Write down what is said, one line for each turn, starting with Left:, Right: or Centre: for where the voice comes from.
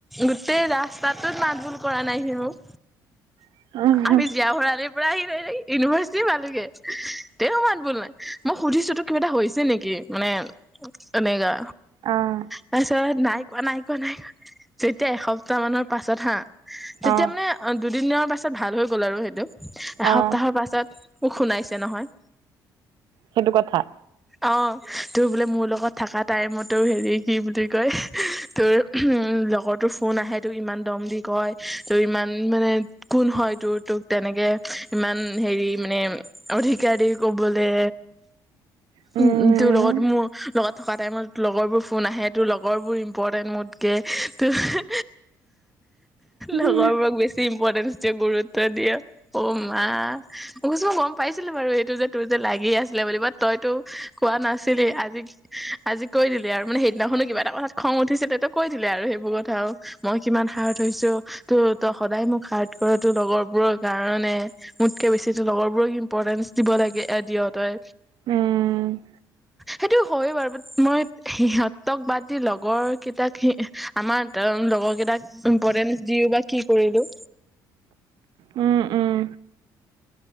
Centre: গোটেই ৰাস্তাটোত মাতবোল কৰা নাই সি মোক।
Right: উম
Centre: আমি জীয়া ভৰলিৰ পৰা আহি লৈ ইউনিভাৰ্চিটি পালোগে। তে মাত বল নাই মই সুধিছো তো কিবা এটা হৈছে নেকি? মানে এনেকা
Right: অ'।
Centre: তাৰপিছত নাই কোৱা নাই কোৱা নাই কোৱা। যেতিয়া এসপ্তাহ মানৰ পাছত হা
Right: অ',
Centre: তেতিয়া মানে দু দু দু দিনৰ পাছত ভাল হৈ গ'ল আৰু সেইটো
Right: অ',
Centre: এসপ্তাহৰ পাছত মোক শুনাইছে নহয়
Right: সেইটো কথা।
Centre: অ' তোৰ বোলে মোৰ লগত থকা টাইমতো হেৰি কি বুলি কয় তোৰ উ লগৰ তোৰ ফোন আহে তোক ইমান দম দি কয় তোৰ ইমান মানে কোন হয় তোৰ তোক তেনেকে ইমান হেৰি মানে অধিকাৰ দি কবলে
Right: উম,
Centre: উ তোৰ লগত মোৰ লগত থকা টাইমত লগৰবোৰ ফোন আহে। তোৰ লগৰবোৰ ইম্পৰ্টেণ্ট মোত কে হু হু
Right: উম,
Centre: লগৰবোৰক বেছি ইম্পৰ্টেন্ট গুৰুত্ব দিয়ে অ' মা মছ মই গম পাইছিলো। বাৰু এইটো যে তোৰ যে লাগি আছিলে বুলিব তইতো কোৱা নাছিলি। আজি আজি কৈ দিলি আৰু মানে সেইদিনাখন। কিবা এটা কথাত খং উঠিছিল। তেটো কৈ দিলে আৰু সেইবোৰ কথাও মই কিমান হাৰ্ট হৈছো। ত ত তাই মোক হাৰ্ট কৰাটো লগৰ বোৰৰ কাৰণে মোতকে বেছি তোৰ লগৰ বোৰক ইম্পৰ্টেন্স দিব লাগে। এ দিয় তই
Right: উম
Centre: সেইটো হয় বাৰু মই সিহঁতক বাদ দি লগৰ কেইটাক আমাৰ লগৰ কেইটা তাক ইম্পৰ্টেন দিও বা কি কৰিলো।
Right: উম উম